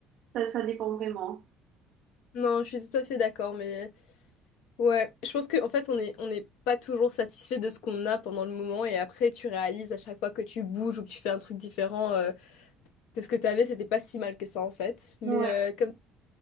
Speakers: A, on the right; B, on the left.
A: ça, ça dépend vraiment.
B: Non, je suis tout à fait d'accord, mais ouais, je pense qu'en fait on est on n'est pas toujours satisfait de ce qu'on a pendant le moment et après tu réalises à chaque fois que tu bouges ou que tu fais un truc différent euh, que ce que t'avais c'était pas si mal que ça en fait. Mais
A: Ouais,
B: euh, comme